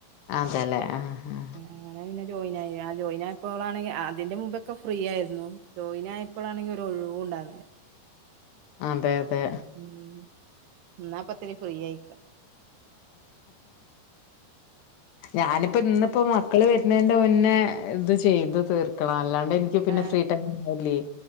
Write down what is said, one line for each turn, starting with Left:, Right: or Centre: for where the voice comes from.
Left: അതെല്ലേ ആഹ് ആഹ്
Right: അങ്ങനെ പിന്നെ ജോയിൻ ആയി ആ ജോയിനായപ്പോളാണെങ്കി ആ അതിന്റെ മുമ്പൊക്കെ ഫ്രീ ആയിരുന്നു ജോയിനായപ്പളാണെങ്കി ഒരോഴിവുണ്ടാവുന്നില്ല
Left: അതെ അതെ
Right: ഉം ഇന്നാപ്പത്തിരി ഫ്രീ ആയി
Left: ഞാനിപ്പോ ഇന്നിപ്പോ മക്കള് വരുന്നേയ്ന്റെ മുന്നേ ഇത് ചെയ്തു തീർക്കണം അല്ലാണ്ട് എനി നിക്ക് പിന്നെ
Right: ആഹ്
Left: ഫ്രീ ടൈം ആയാല്